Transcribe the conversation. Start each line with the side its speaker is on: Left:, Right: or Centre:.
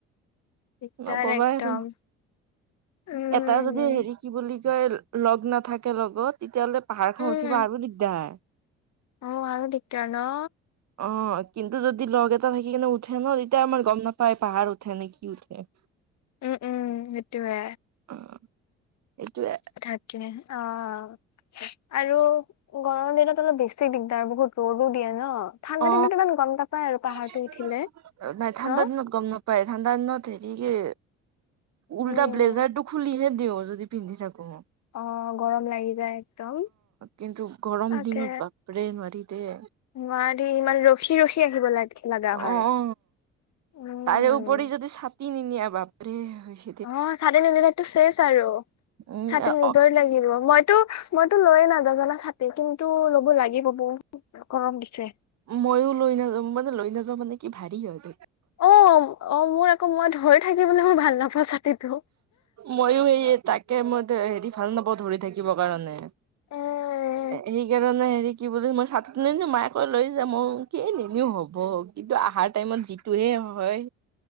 Left: দিগদাৰ
Right: নকবাই
Left: একদম
Right: আৰু
Left: উম
Right: এটা যদি হেৰি কি বুলি কয়? লগ নাথাকে লগত তেতিয়াহ'লে পাহাৰখন
Left: উম
Right: উঠিব আৰু দিগদাৰ।
Left: অ', আৰু দিকদাৰ ন?
Right: অ', কিন্তু যদি লগ এটা থাকি কিনে উঠে ন তেতিয়া আমাৰ গম নাপায় পাহাৰ উঠে নে কি উঠ এ',
Left: উম', উম, সেইটোৱে
Right: অ', এটোৱে
Left: থাকে, অ' আৰু গৰমৰ দিনত অলপ বেছি দিগদাৰ, বহুত ৰ'দো দিয়ে ন'। ঠাণ্ডা
Right: অ',
Left: দিনত ইমান গম নাপায় আৰু পাহাৰটো
Right: নাই
Left: উঠিলে
Right: ঠাণ্ডাৰ
Left: ন?
Right: দিনত গম নাপ <unintelligible> ঠাণ্ডাৰ দিনত হেৰিকে উল্টা
Left: উম।
Right: ব্লেজাৰটো খুলিহে দিওঁ, যদি পিন্ধি থাকো। অ',
Left: অ' গৰম লাগি যায় একদম।
Right: কিন্তু গৰম
Left: তাকে
Right: দিনত বাপৰে নোৱাৰি দেই।
Left: নোৱাৰি, ইমান ৰখি ৰখি আহিব লাগ, লগা হয়।
Right: অ অ
Left: উম
Right: তাৰে উপৰি যদি চা টি নিনিয়া, বাপৰে হৈছ
Left: অ', ছাতি নিনিলেটো চেচ আৰু,
Right: উম
Left: ছাতি নিবই
Right: অ
Left: লাগিব, মই টো, মইতো লৈয়েই নাজাও জানা ছাতি, কিন্তু ল'ব লাগিব, বহু গৰম দিছে।
Right: মইও লৈ নাযাওঁ, মানে লৈ নাযাওঁ মানে কি ভাৰী হয় বেগ।
Left: অ', অ', মোৰ আকৌ, মই ধৰি থাকিবলৈ মই ভাল নাপাওঁ, ছাতিটো।
Right: মইও সেয়ে তাকেই মই হেৰি ভাল নাপাওঁ, ধৰি থাকিব কাৰণে।
Left: উম
Right: সেইকাৰণে হেৰি কি বুলি? মই ছাত নিনো, মায়ে কই লৈ যা, মই কি এই নিনিও হ'ব, কিন্তু অহাৰ টাইমত যিটোহে হয়।